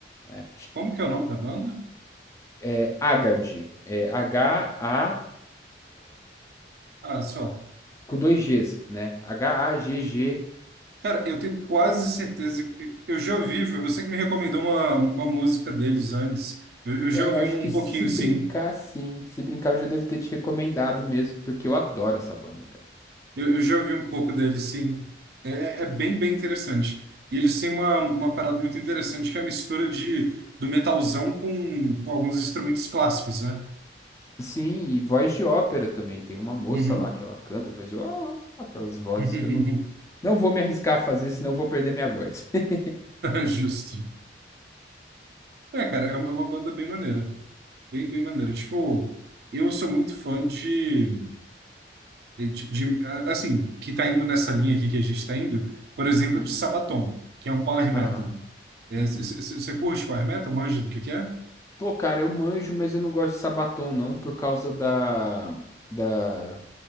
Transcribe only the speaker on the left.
né?
É Haggard, é H-A
com dois Gs, né? H-A-G-G-A-R-D.
É,
eu acho
que
se
brincar,
sim. Se brincar, eu já devo ter te recomendado mesmo, porque eu adoro essa banda, cara.
Sim, e voz de ópera também. Tem uma moça
lá que ela canta, faz ó, aquelas vozes
que eu não, não vou me arriscar a fazer, senão eu vou perder minha voz. <laughs>
Uhum,
aham,
uhum.
Pô, cara, eu manjo, mas eu não gosto de Sabaton, não, por causa da, da,